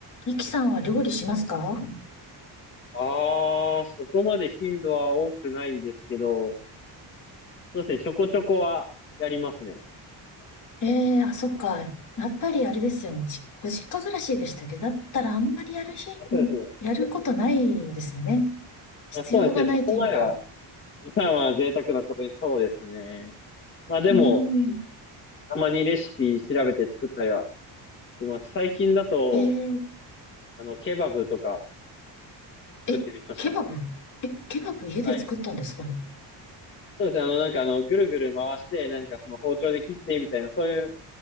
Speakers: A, on the left; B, on the left.
A: ミキさんは料理しますか
B: ああ、そこまで頻度は多くないんですけど、そうですね、ちょこちょこはやりますね。
A: ええー、あ、そっか。やっぱりあれですよね。じご実家暮らしでしたけど、だったらあんまりやる日、
B: あ、そうですね。
A: うんやることないですよね。必要がないというか。
B: あ、そうですね、そこまでは、まあまあ贅沢なことにそうですね。まあでも、
A: うーん。
B: たまにレシピ調べて作ったりはします。最近だと、
A: えー、
B: あの、ケバブとか
A: え、
B: 作ってみましたね。
A: ケバブえ、ケバブ家で作ったんですか
B: はい。そうですね、あの、なんかあの、ぐるぐる回して、なんかその包丁で切ってみたいな、そういう